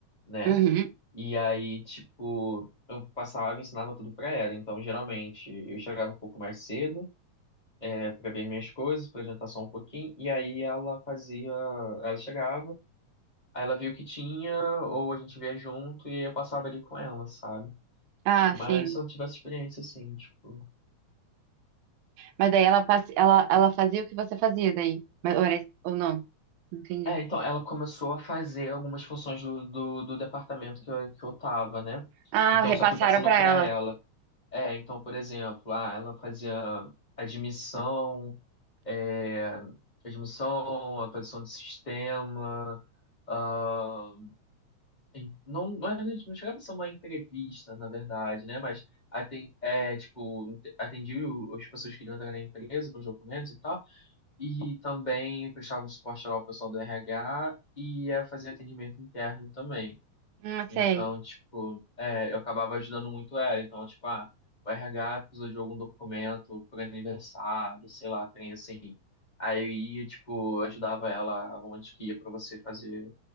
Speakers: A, on the left; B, on the right.
A: né?
B: Uhum.
A: E aí, tipo, eu passava e ensinava tudo pra ela. Então, geralmente, eu chegava um pouco mais cedo, é, para ver minhas coisas, para jantar só um pouquinho. E aí ela fazia, ela chegava, aí ela via o que tinha, ou a gente via junto, e eu passava ali com ela, sabe?
B: Ah,
A: Mas
B: sim.
A: se eu tivesse experiência, assim, tipo.
B: Mas daí ela, passe- ela, ela fazia o que você fazia daí. Mas, ou, era- ou não? Entendi.
A: É, então, ela começou a fazer algumas funções do, do, do departamento que eu, que eu tava, né?
B: Ah,
A: Então,
B: repassaram
A: eu só fui passando
B: pra
A: pra
B: ela.
A: ela. É, então, por exemplo, ah, ela fazia admissão, é, admissão, atualização do sistema, ah, em- não, não, era- não chegava a ser uma entrevista, na verdade, né? Mas aten, é, tipo, ent- atendia o- as pessoas que queriam entrar na empresa com os documentos e tal, e também prestava um suporte lá ao pessoal do RH e eh, fazia atendimento interno também.
B: Não
A: Então,
B: sei.
A: tipo, é, eu acabava ajudando muito ela. Então, tipo, ah, o RH precisou de algum documento por aniversário, sei lá, tem assim. Aí eu ia, tipo, ajudava ela onde que ia pra você fazer